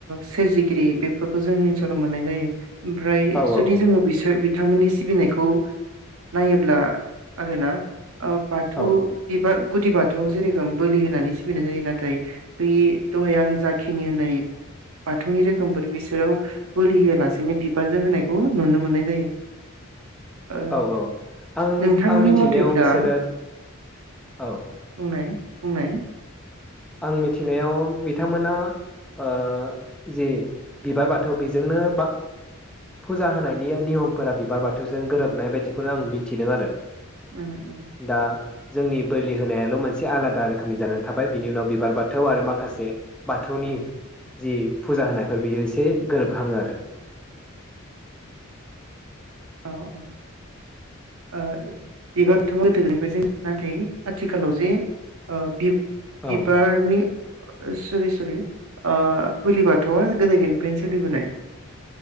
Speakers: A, on the right; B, in the centre.
A: सोरजिगिरि बेफोरखौ जोंनि ओनसोलाव मोननाय जायो। ओमफ्राय
B: औ
A: जुदि
B: औ
A: जोङो बिसोर बि बिथांमोननि सिबिनायखौ नायोब्ला आरोना। आ पाथ'
B: औ
A: बिबार। गुदि बाथौआव जेरोखोम बोलि होनानै सिबिनाय जायो नाथाय बै दहाय आं जाखिनि होननाय बाथौनि रोखोमफोर बिसोराव बोलि होआलासेनो बिबारजों होनायखौ नुनो मोननाय जायो। ओ
B: औ औ आं
A: नोंथांनि
B: आं मिथिनायाव।
A: मथेब्ला
B: अ बिसोरो औ।
A: बुंनाय बुंनाय।
B: आं मिथिनायाव बिथांमोना ओ जि बिबार बाथौ बेजोंनो बा फुजा होनायनि नियमफोरा बिबार बाथौजों गोरोबनाय बायदिखौनो आं मिथिदों आरो।
A: उम उम।
B: दा जोंनि बोलि होनायाल' मोनसे आलादा रोखोमनि जानानै थाबाय। बिनि उनाव बिबार बाथौ आरो माखासे बाथौनि जि फुजा होनायफोर बियो एसे गोरोबहाङो आरो।
A: अ अ ओ बिबारथ' <unintelligible> आथिखालाव जे ओ बि
B: औ
A: बिबारनि। <unintelligible> सिरि सिरि ओ बोलि बाथौआ गोदोनिफ्रायनो सोलिबोनाय